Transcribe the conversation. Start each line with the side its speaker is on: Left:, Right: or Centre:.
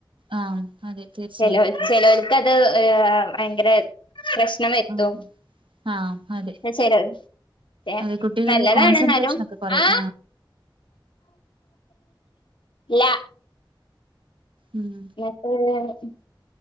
Right: ആഹ് അതെ തീർച്ചയായിട്ടും
Left: ചേലോൽ ചെലോൽക്കത് അത് ഏ ഭയങ്കര പ്രശ്നം എത്തും
Right: ആ ആഹ് അതെ
Left: ചേലോൽ ഏഹ്
Right: അതെ കുട്ടികളിൽ
Left: നല്ലതാണ്
Right: കോൺസെൻട്രേഷൻ
Left: എന്നാലും
Right: ഒക്കെ കുറയും
Left: ആ ല്ല
Right: ഉം
Left: മേ <unintelligible>